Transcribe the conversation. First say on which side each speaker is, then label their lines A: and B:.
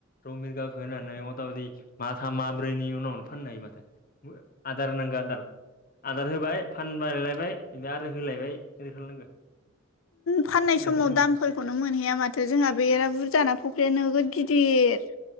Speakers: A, on the left; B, on the left.
A: रौ मिरगाखो होनानै मथा मथि माथाम माब्रैनि उनावनो फाननो हायो माथो। आदार होनांगो आदार। आदार होबाय फानबायलायबाय ओमफ्राय आरो होलायबाय ओरै खालामनांगौ।
B: फाननाय
A: होमबाना
B: समाव
A: फैसा
B: दाम
A: मोनो
B: फखलखौनो मोनहैया माथो जोंहा बेरा बुरजाना फुख्रिया नोगोद गिदिर